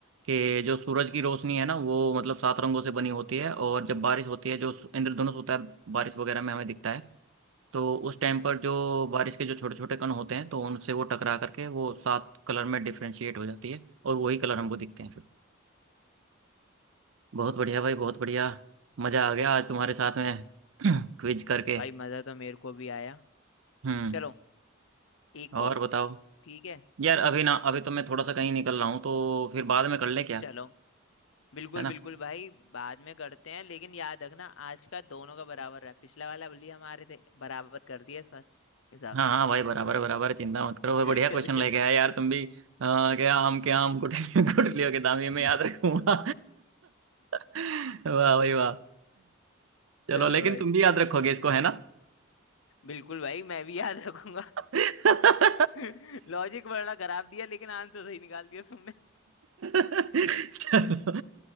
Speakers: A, on the right (about 70°); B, on the left (about 65°).
A: कि जो सूरज की रोशनी है ना वो मतलब सात रंगों से बनी होती है और जब बारिश होती है जो सु- इंद्रधनुष होता है बारिश वगैरह में हमें दिखता है तो उस टाइम पर जो बारिश के जो छोटे छोटे कण होते हैं तो उनसे वो टकरा करके वो सात कलर में डिफ्रेंशिएट हो जाती है और वही कलर हमको दिखते हैं फिर बहुत बढ़िया भाई बहुत बढ़िया मज़ा आ गया आज तुम्हारे साथ में <clears throat> क्विज करके
B: भाई मजा तो मेरे को भी आया
A: हम्म
B: चलो एक
A: और
B: और
A: बताओ
B: ठीक है
A: यार अभी ना अभी तो मैं थोड़ा सा कहीं निकल रहा हूँ तो फिर बाद में कर ले क्या
B: चलो बिल्कुल
A: है ना
B: बिल्कुल भाई बाद में करते हैं लेकिन याद रखना आज का दोनों का बराबर रहा पिछला वाला बल्ली हमारे थे बराबर कर दिया इस बार हिसाब
A: हाँ हाँ भाई बराबर बराबर चिंता मत करो भाई
B: <laughs>
A: बढ़िया क्वेश्चन
B: चलो चलो
A: लेके आया यार तुम भी अ, क्या आम के आम गुठलियों गुठलियों के दाम
B: <laughs>
A: ये मैं याद रखूंगा <laughs> वाह भाई वाह चलो
B: चलो
A: लेकिन
B: भाई
A: तुम भी याद रखोगे इसको है ना
B: बिल्कुल भाई मैं भी याद रखूंगा
A: <laughs>
B: <laughs> लॉजिक बड़ा खराब दिया लेकिन आंसर सही निकाल दिया तुमने
A: चलो